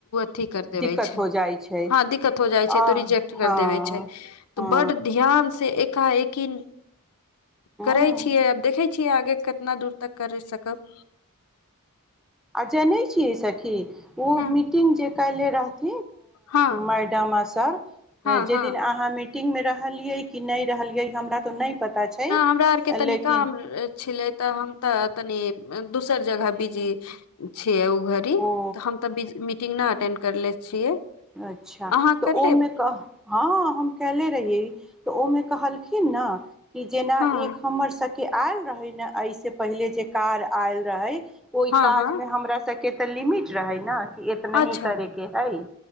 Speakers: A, on the left; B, in the centre.
A: अथी कर देबे
B: दिक्कत
A: छै
B: हो जाइ छै
A: हँ दिक्कत हो जाइ छै
B: आ
A: तो रिजेक्ट कर
B: हँ
A: देबे छै तऽ
B: हँ
A: बड ध्यान से एक एका एकिन
B: हँ
A: करै छियै आब देखै छिय कि आगे कितना दूर तक कर सकब
B: आ जानै छियै सखी ओ
A: हँ
B: मीटिंग जे काल्हिे रख
A: हँ
B: मैडम अ सर
A: हँ
B: जेदिन
A: हँ
B: अ मिटिंग मे रहलियै की नहि रहलिये हमरा तऽ नहि पता छै
A: नहि हमरा आरके तनी
B: लेकिन
A: काम छलै तऽ हम तऽ तनी दोसर जगह बिजी ओ घड़ी त
B: ओ
A: हम त मीटिंग अटेंड करले छियै
B: अच्छा
A: अहाँ
B: तऽ
A: कर
B: ओमे
A: लेब
B: कह हँ हम केएले रहिए <inaudible> तऽ ओहिमे कहलखिन ने कि जेना
A: हँ
B: एक हमर सबके आयल रहै ने एहिसँ पहिले जे कार आयल रहै ओहि
A: हँ
B: काज
A: हँ
B: मे हमरा सब के तऽ लिमिट रहै ने इतना
A: अच्छा
B: ही करेके हइ